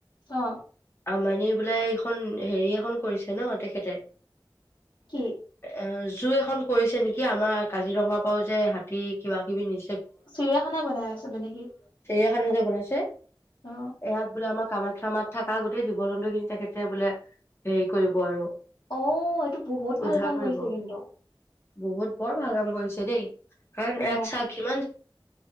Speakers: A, on the left; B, on the left.
A: অ
B: আমা নিৰবোলাই এইখন, হেৰি এখন কৰিছিল ন তেখেতে,
A: কি
B: এ জুই এখন কৰিছে নেকি আমাৰ কাজিৰঙা পও যে হাতীক কিবা-কিবি নি
A: চিৰিয়াখানা বনাই আছে মানে সি?
B: <unintelligible> বনাইছে।
A: অ
B: এহাত বুলামা। কামাখ্যা মাত থকা গোটেই দি <unintelligible> তেখেতে বোলে হেৰি কৰিব আৰু
A: অ' এইটো বহুত ভাল
B: উদ্ধাৰ
A: কাম
B: কৰিব
A: কৰিছে কিন্তু।
B: বহুত, বৰ ভাল কাম কৰিছে দেই। কাৰণ
A: অ
B: ইয়াত চা কি